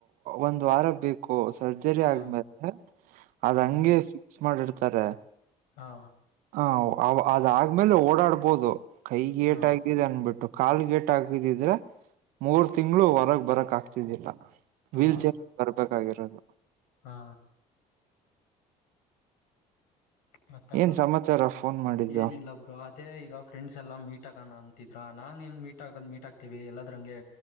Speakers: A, on the right; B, on the left.
A: ಒಂದ್ ವಾರ ಬೇಕು. ಹೋ ಸರ್ಜರಿ
B: ಹಾ
A: ಆದ್ಮೇಲೆ ಅದ್ ಹಂಗೆ
B: ಹ್ಮ್
A: ಫಿಕ್ಸ್ ಮಾಡಿಡ್ತಾರೆ
B: ಹಾ
A: ಹ ಅದಾದ್ಮೇಲೆ ಓಡಾಡ್ಬೋದು ಕೈಗೇಟಾಗಿ
B: ಹಾ
A: ಅನ್ಬಿಟ್ಟು ಕಾಲ್ ಗೇಟ್ ಆಗಿದ್ದಿದ್ದರೆ ಮೂರ್ ತಿಂಗಳು ಹೊರಗ್ ಬರಕ್ ಆಗ್ತಿದ್ದಿಲ್ಲ
B: ಹಾ
A: ವೀಲ್ ಚೇರ್ ಅಲ್ಲಿ ಬರ್ಬೇಕಾಗಿರೋದು
B: ಹಾ ಮತ್ತೆ ಬ್ರೊ
A: ಏನ್ ಸಮಾಚಾರ ಫೋನ್ ಮಾಡಿದ್ದು
B: ಏನಿಲ್ಲ ಅದೇ ಈಗ ಫ್ರೆಂಡ್ಸ್ ಎಲ್ಲ ಮೀಟ್ ಆಗಣ ಅಂತಿದ್ರ ನಾನ್ ಏನ್ ಮೀಟ್ ಆಗದ್ ಮೀಟ್ ಆಕ್ತೀವಿ ಎಲ್ಲದ್ರಂಗೆ